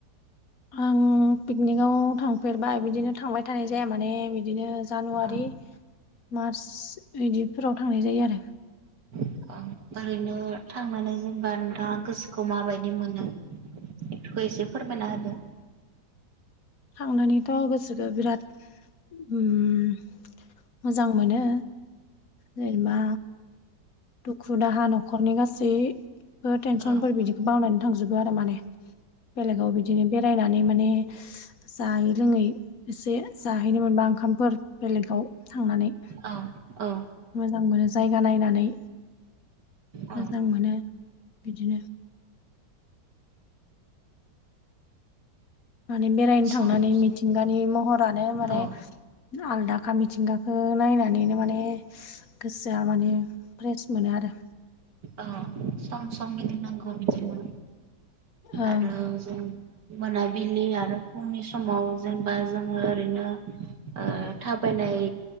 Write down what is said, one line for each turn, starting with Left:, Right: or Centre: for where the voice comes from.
Left: आं पिकनिकआव थांफेरबाय बिदिनो थांबाय थानाय जाया माने बिदिनो जानुवारि
Right: औ
Left: मार्च बिदिफोराव थांनाय जायो आरो
Right: औ ओरैनो थांनानै जेनबा नोंथाङा गोसोखौ माबायदि मोनो बेखौ एसे फोरमायना होदों
Left: थांनानैथ' गोसोखौ बिराद ओम मोजां मोनो जेनेबा दुखु दाहा न'खरनि गासैबो टेनसनफोर
Right: औ
Left: बिदिखौ बावनानै थांजोबो आरो माने बेलेगाव बिदिनो बेरायनानै माने जायै लोङै एसे जाहैनो मोनबा ओंखामफोर बेलेगाव थांनानै
Right: औ औ
Left: मोजां मोनो जायगा नायनानै
Right: औ
Left: मोजां मोनो बिदिनो माने बेरायनो
Right: सम
Left: थांनानै मिथिंगानि
Right: सम
Left: महरानो माने
Right: औ
Left: आलदा मिथिंगाखौ नायनानैनो माने गोसोआ माने फ्रेस मोनो आरो
Right: औ सम सम गिदिंनांगौ बिदिनो
Left: ओं
Right: आरो जों मोनाबिलि आरो फुंनि समाव जेनेबा जोङो ओरैनो ओ थाबायनाय